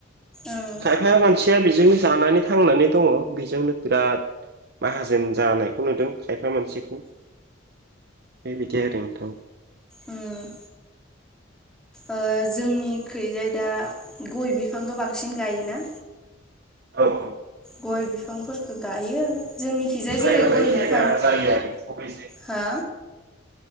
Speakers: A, in the centre; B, on the right (about 55°).
A: ओ
B: खायफा मानसिया बेजोंनो जानानै थांनानै दङ बेजोंनो बिराद माहाजोन जानायखौ नुदों खायफा मानसिखौ बेबायदि आरो नोंथां
A: उम ओ जोंनि खैजाय दा गय बिफांखौ बांसिन गायोना
B: औ औ
A: गय बिफांफोरखौ गायो जोंनि खिजाय
B: जायगा
A: जेरै
B: लायै
A: गय
B: जायगा
A: बिफां
B: जायो आरो बबे
A: हो